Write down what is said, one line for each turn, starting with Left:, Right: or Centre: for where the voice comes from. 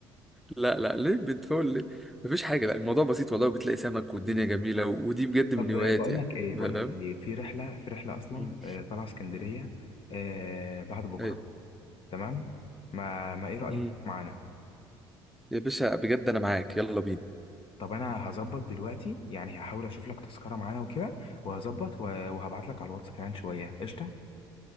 Centre: لا لا ليه بتفول ليه مفيش حاجة لا الموضوع بسيط والله بتلاقي سمك والدنيا جميلة و- ودي بجد من
Left: طب
Centre: هواياتي
Left: بقول
Centre: يعني
Left: لك ايه بقول
Centre: فاهم
Left: لك ايه في رحلة في رحلة اصلا
Centre: مم.
Left: آه، طالعة اسكندرية آه، بعد بكرة
Centre: أيوة.
Left: تمام ما ما ايه رأيك
Centre: مم.
Left: تيجي معانا
Centre: يا باشا بجد انا معاك يلا بينا
Left: طب انا هظبط دلوقتي يعني هحاول اشوف لك تذكرة معانا وكده وهظبط و- وهبعت لك على الواتس كمان شوية قشطة